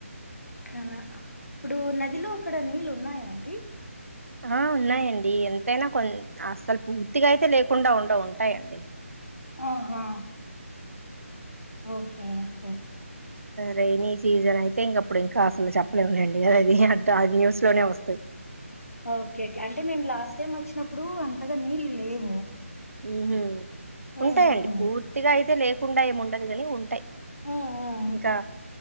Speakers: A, on the left; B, on the right.
A: కన ఇప్పుడు నదిలో అక్కడ నీళ్ళు ఉన్నాయా అండి
B: ఆ ఉన్నాయండి ఎంతైనా కొన్ అస్సలు పూర్తిగా అయితే లేక్ కుండా ఉండవు ఉంటాయండి
A: ఆహా ఓకే ఓకే
B: రైనీ సీజన్ అయితే ఇంకప్పుడు ఇంకా అసలు చెప్పలేము లేండి అది అంతా న్యూస్ లోనే వస్తయి
A: ఓకే కె అంటే మేము లా స్ట్ టైమ్ వచ్చినప్పుడు అంతగా నీళ్ళు లేవు
B: ఉహు
A: హ్మ్.
B: ఉంటాయండి
A: హ్మ్.
B: పూర్తిగా అయితే లే కుండా ఏం ఉండది గాని ఉంటాయి
A: హ్మ్. హ్మ్.
B: ఇంకా